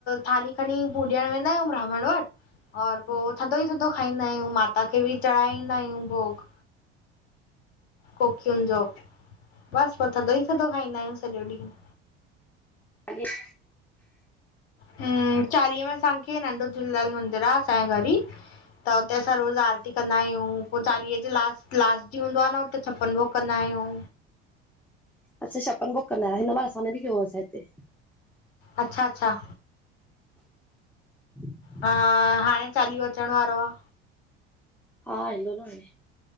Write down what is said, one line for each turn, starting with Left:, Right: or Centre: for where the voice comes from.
Left: थाली खणी पूॾियण वेंदा आहियूं ब्राह्मण वट और
Centre: हा
Left: पो थधो ई थधो धो खाईंदा आहियूं, माता खे बि चढ़ाईंदा आहियूं भोग कोकियुनि जो बस पो थधो ई थधो खाईंदा आहियूं सॼो ॾींहुं।
Centre: अज <unintelligible>
Left: हम्म चालीहे में असांखे नंढो झूलेलाल मंदिर आ, असांजे घर ई। त उते असां रोज़ आरती कंदा आहियूं, पो चालीहे जे लास्ट लास्ट ॾींहुं हूंदो आ न त छपन भोग कंदा आहियूं।
Centre: अच्छा छपन भोग कंदायो हिन बार असांॾे भी कयो होसिं हिते।
Left: अच्छा अच्छा।
Centre: हम्म <inaudible>
Left: हा, हाणे चालीओ अचण वारो आ।
Centre: हा, ईंदो न हाॾे।